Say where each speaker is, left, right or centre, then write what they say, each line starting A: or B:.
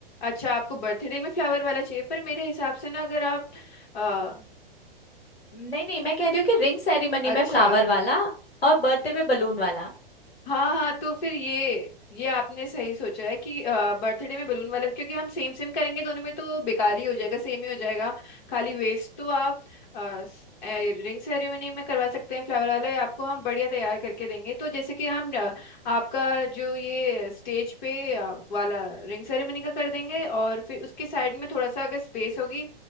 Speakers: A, on the left (about 50°); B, on the left (about 85°).
A: अच्छा आपको बर्थडे में फ्लावर वाला चाहिए पर मेरे हिसाब से ना अगर आप अ,
B: नहीं नहीं मैं कह रही हूँ कि रिंग सेरेमनी
A: अच्छा
B: में फ्लावर वाला और बर्थडे पे बलून वाला
A: हाँ हाँ तो फिर ये ये आपने सही सोचा है कि बर्थडे में बलून वाला क्योंकि हम सेम सेम करेंगे दोनों में तो बेकार ही हो जाएगा सेम ही हो जाएगा खाली वेस्ट तो आप रिंग सेरेमनी में करवा सकते हैं फ्लावर वाला या आपको हम बढ़िया तैयार करके देंगे तो जैसे कि हम अ, आपका जो ये स्टेज पे अ, वाला रिंग सेरेमनी का कर देंगे और फिर उसके साइड में थोड़ा सा अगर स्पेस होगी